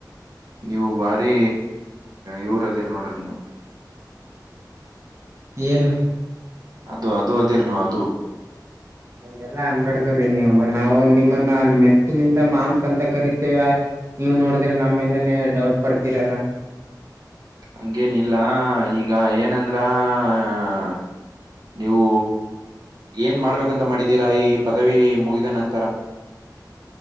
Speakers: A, on the right; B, on the right.
A: ನೀವು ಬಾರಿ ಇವರ ಅದಿರ ನೋಡ್ರಿ ನೀವು
B: ಏನು
A: ಅದು ಅದು ಅದೇರಿ ನೀವು್ ಅದು
B: ಹಂಗೆಲ್ಲಾ ಅನ್ನಬಾಡ್ ರಿ ನೀವು ನಾವು ನಿಮ್ಮನ್ನ ಮೆಚ್ಚಿನಿಂದ ಮಾಂಸ್ ಅಂತ ಕರಿತೇವಿ ನೀವ್ ನೋಡಿದ್ರೆ ನಮ್ ಮೇಲೆನೆ ಡೌಟ್ ಪಡ್ತೀರಲ್ಲ
A: ಹಂಗೇನಿಲ್ಲ ಈಗ ಏನಂದ್ರ ಹಾ ನೀವು ಏನ್ ಮಾಡ್ಬೇಕಂತ ಮಾಡಿದ್ದೀರಾ ಈ ಪದವಿ ಮುಗಿದ ನಂತರ